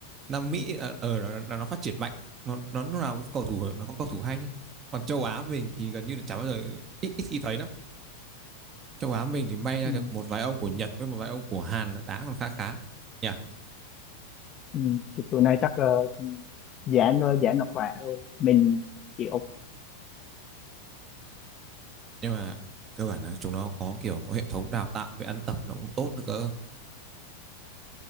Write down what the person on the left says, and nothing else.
ừ.
Ừ. Thì tụi này chắc uh, giãn rồi giãn nó khỏe rồi mình chịu